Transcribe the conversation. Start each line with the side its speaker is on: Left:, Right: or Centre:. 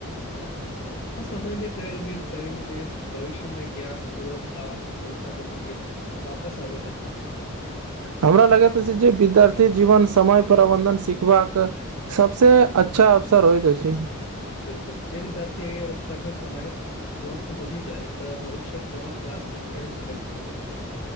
Left: हँ समय मे कयल गेल सही निवेश भविष्यमे ज्ञान अनुभव आ सफलता बनि के वापस आबैत अछि
Right: हमरा लगैत अछि जे विद्यार्थी जीवन समय प्रबन्धन सिखबाक सबसे अच्छा अवसर होइत अछि
Left: बिल्कुल जे विद्यार्थी एहि अवस्था मे समय महत्व बुझी जाय तऽ भविष्य बहुत रास कठिनाइ से बची सकैत अछि